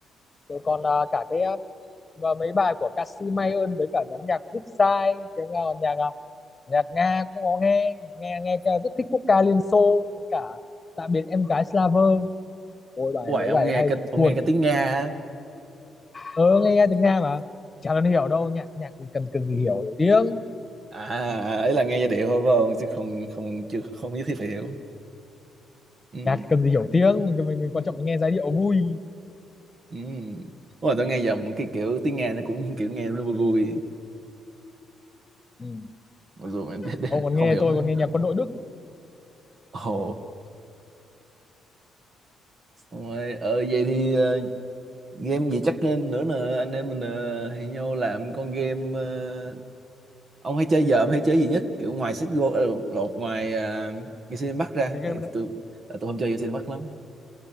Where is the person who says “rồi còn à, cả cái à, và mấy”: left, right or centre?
Left